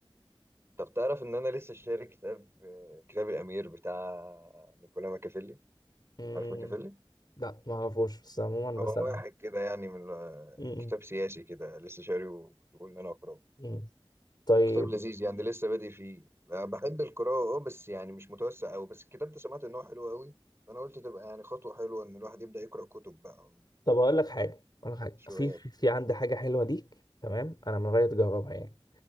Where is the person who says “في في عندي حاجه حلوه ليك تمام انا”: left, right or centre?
Left